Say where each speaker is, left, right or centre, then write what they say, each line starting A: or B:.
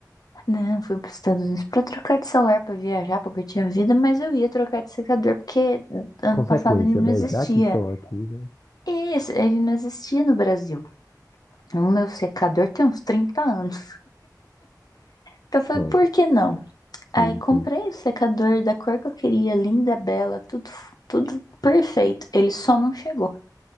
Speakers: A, on the left; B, on the left.
A: não, fui para os Estados Unidos para trocar de celular, para viajar, porque eu tinha vida, mas eu ia trocar de secador porque ano
B: Consequência,
A: passado ele não
B: né?
A: existia.
B: Já que estou aqui, né?
A: E ele não existia no Brasil. O meu secador tem uns 30 anos. Então eu falei,
B: Não,
A: por que não?
B: sim,
A: Aí comprei
B: sim.
A: o secador da cor que eu queria, linda, bela, tudo, tudo perfeito. Ele só não chegou.